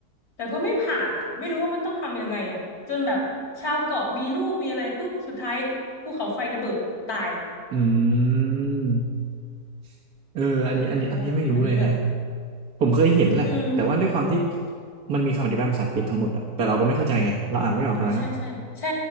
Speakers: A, on the left; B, on the right.
A: แต่ก็ไม่ผ่านอ่ะไม่รู้ว่ามันต้องทำยังไงอ่ะจนแบบชาวเกาะมีลูกมีอะไรปุ๊บสุดท้ายภูเขาไฟระเบิดตาย
B: อืมเอออันนี้อันนี้อันนี้ไม่รู้เลยแฮะ
A: โหอันนี้แบบ
B: ผมเคยเห็นแหละแต่ว่าด้วยความที่
A: อืม
B: มันมีคำอธิบายภาษาอังกฤษทั้งหมดอะแต่เราก็ไม่เข้าใจไงเราอ่านไม่ออกตอนนั้นอะ
A: ใช่ใช่ใช่